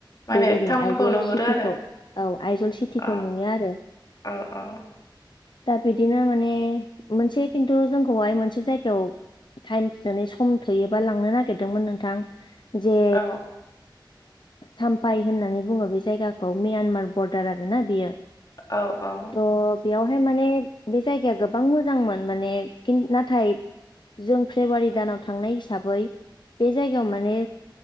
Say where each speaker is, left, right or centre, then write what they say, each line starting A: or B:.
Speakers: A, on the left; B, on the left.
A: माने
B: बेबायदि
A: टाउनखौ
B: आइजल
A: नुहुरो
B: चिटिखौ
A: आरो
B: औ आइजल चिटिखौ
A: अ
B: नुयो आरो
A: औ औ
B: दा बिदिनो माने मोनसे खिन्थु जोंखौहाय मोनसे जायगायाव टाइम फिनानै सम थोयोबा लांनो नागिरदोंमोन नोंथां जे
A: औ
B: साम्फाय होननानै बुङो बे जायगाखौ म्यानमार बरडार आरोना बियो
A: औ औ
B: त बेयावहाय माने बे जायगाया गोबां मोजांमोन माने कि नाथाय जों फेब्रुवारि दानाव थांनाय हिसाबै बे जायगायाव माने